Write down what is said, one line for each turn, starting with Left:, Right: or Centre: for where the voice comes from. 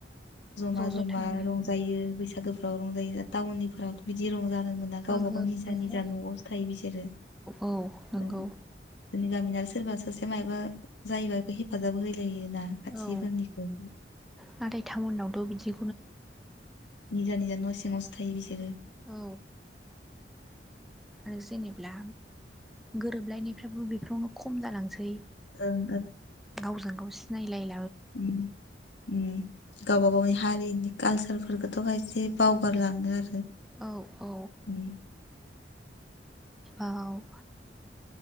Left: जमा
Centre: ज'
Left: जमा
Centre: ज' थांनानै
Left: रंजायो बैसागोफ्राव रंजायो टाउननिफोरावथ' बिदि रंजानो मोना गाव
Centre: ओहो
Left: गाव निजा
Centre: ओहो
Left: निजा न'आवस थायो बिसोरो
Centre: औ नंगौ
Left: जोंनि गामिनाबो सोरबा सासे। मायबा जायोब बेखौ हेफाजाब होलायोना खाथिफोरनिखौ
Centre: औ नाथाय टाउनावथ' बिदि।
Left: निजा निजा न' सिंङावसो थायो बिसोरो।
Centre: औ आरो जेनेब्ला गोरोबलायनायफ्राबो बेफोरावनो खम जालांसै
Left: ओं
Centre: गाव। गाव सिनायलाय।
Left: ओम ओम गावबा गावनि हारिनि कालसारफोरखौथ'हाय इसे बावगारलाङो आरो।
Centre: औ औ।
Left: उम
Centre: आरोबाव।